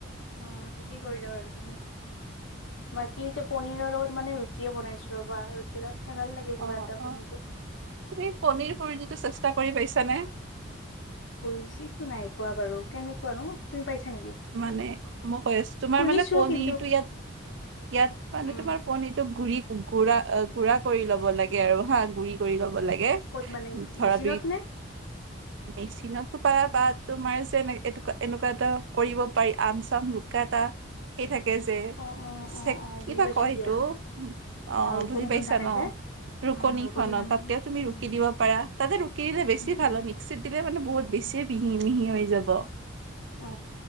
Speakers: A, on the left; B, on the right.
A: অ ঠিকেই কৰিলা আৰু তুমি বাকী এতিয়া পনিৰৰ লগত মানে ৰুটিয়ে বনাইছো ৰ'বা ৰুটিৰ লগত খাই ভাল লাগে কিবা
B: অ
A: এটা
B: অ
A: পনীৰটো
B: তুমি পনিৰ সুৰি যিটো চেষ্টা কৰি পাইছানে
A: পু যিতো নাই পোৱা বাৰু কেনেকুৱা নো তুমি পাইছা নেকি
B: মানে বয় তোমাৰ
A: শুনিছো
B: মানে পনীৰটো
A: কিন্তু
B: ইয়াত ইয়াত মানে
A: উম
B: তোমাৰ পনীৰটোো ঘুৰি কম গুৰা গুৰা কৰি ল'ব লাগে আৰু হা গুৰি কৰি ল'ব লাগে
A: ক'ত মানে
B: ধৰা
A: মেচিনত
B: দুই
A: নে
B: মেচিনতো পালা বা তোমাৰ যে এ এ এনেকুৱা এটা কৰিব পাৰি আম চাম ৰুকা এটা সেই থাকে যে
A: অ অ
B: চ
A: অ অ
B: কিবা
A: বুজি পাইছো
B: কয় সেইটো
A: দিয়া অ
B: অ
A: ৰুকনিখন
B: বুজি পাইছা
A: থাকে
B: ন
A: যে
B: ৰুকনি
A: উম ৰুকনিখন
B: খনত তাতেও তুমি
A: উম
B: ৰুকি দিব পা তাতে ৰুকি দিলে বেছি
A: উম
B: ভাল
A: উম
B: হয় মিক্সিত দিলে মানে বহুত বেছি
A: উম
B: প মিহি মিহি হৈ যাব
A: অ